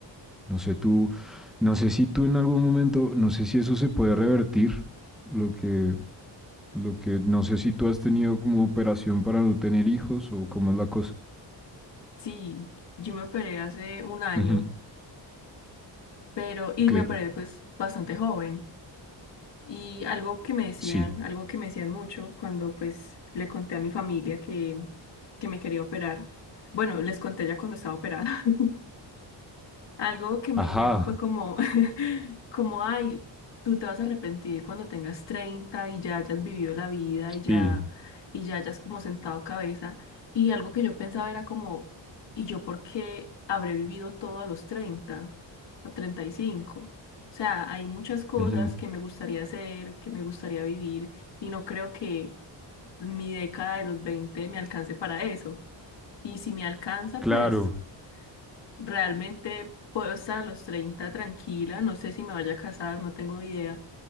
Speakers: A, in the centre; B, on the left.
A: No sé tú, no sé si tú en algún momento, no sé si eso se puede revertir, lo que, lo que, no sé si tú has tenido como operación para no tener hijos o cómo es la cosa.
B: Sí, yo me operé hace un año,
A: Ujú,
B: pero, y
A: Ok,
B: me operé pues bastante joven. Y algo que me decían,
A: sí.
B: algo que me decían mucho cuando pues le conté a mi familia que, que me quería operar. Bueno, les conté ya cuando estaba operada. <laughs> Algo que me
A: Ajá,
B: dijeron fue como, <laughs> como, ay, tú te vas a arrepentir cuando tengas 30 y ya hayas vivido la vida y ya,
A: sí.
B: y ya hayas como sentado cabeza. Y algo que yo pensaba era como, ¿y yo por qué habré vivido todo a los 30 o treinta y cinco O sea, hay muchas cosas
A: ujú,
B: que me gustaría hacer, que me gustaría vivir y no creo que mi década de los 20 me alcance para eso. Y si me alcanza,
A: Claro.
B: pues... Realmente puedo estar a los 30 tranquila, no sé si me vaya a casar, no tengo idea,